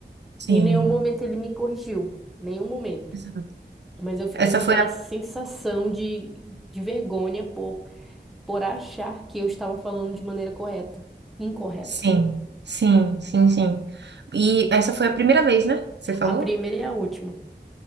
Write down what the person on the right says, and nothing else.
Sim.
Essa
essa
foi a
Sim, sim, sim, sim. E essa foi a primeira vez, né? Você falou?